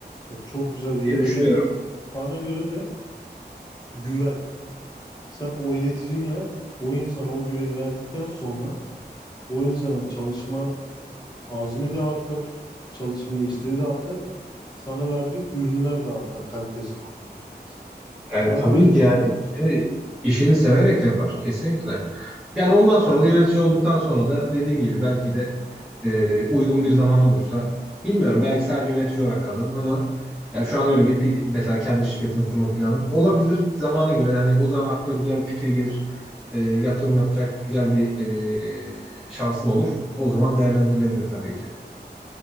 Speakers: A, on the left; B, in the centre.
A: Bak çok güzel bir yere
B: Diye düşünüyorum.
A: de bana göre de güven. Sen o iletişimle o insana o güveni verdikten sonra o insanın çalışma azmi de artar, çalışmaya isteği de artar. Sana verdiği ürünler de artar kalitesi bakımından mesela.
B: Yani
A: Ben
B: tabii
A: böyle
B: ki
A: düşünüyorum.
B: yani işini, işini severek yapar. Kesinlikle. Yani ondan sonra da yönetici olduktan sonra da dediğin gibi belki de e, uygun bir zaman olursa bilmiyorum belki sadece yönetici olarak kalırım ama yani şu an öyle bir pi- mesela kendi şirketimi kurma planım olabilir zamana göre yani o zaman aklıma güzel bir fikir gelir. E, yatırım yapacak güzel bir e, şansım olur. O zaman değerlendirilebilir tabii ki.